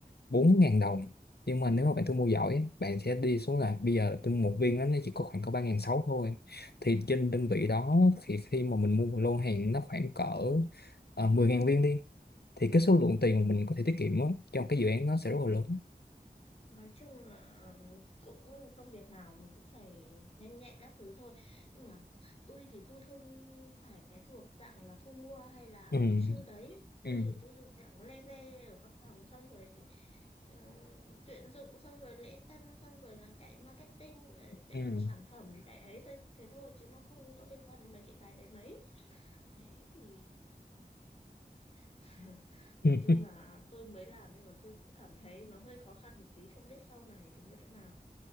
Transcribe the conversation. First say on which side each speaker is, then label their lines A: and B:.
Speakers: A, on the left; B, on the left.
A: bốn ngàn đồng nhưng mà nếu mà bạn thu mua giỏi á, bạn sẽ đi xuống là bây giờ tôi mua một viên á, nó chỉ có khoảng có ba ngàn sáu thôi thì trên đơn vị đó thì khi mà mình mua một lô hàng nó khoảng cỡ uh, 10.000 viên đi thì cái số
B: ừ.
A: lượng tiền mà mình có thể tiết kiệm á, trong cái dự án nó sẽ rất là lớn
B: nói chung là cũng công việc nào mình cũng phải nhanh nhẹn các thứ thôi nhưng mà tôi thì tôi không phải cái thuộc dạng là thu mua hay là
A: ừ
B: kỹ sư đấy tôi
A: ừ
B: thì tôi thuộc dạng leve ở văn phòng xong rồi ừm, tuyển dụng xong rồi lễ tân xong rồi là chạy marketing rồi chạy
A: ừ
B: sản phẩm chạy ấy thế, thế thôi chứ nó không có liên quan đến mấy cái cái đấy mấy đấy thì <laughs> nói
A: ừ
B: chung là tôi mới làm nhưng mà tôi cũng cảm thấy nó hơi khó khăn một tí không biết sau này thì như thế nào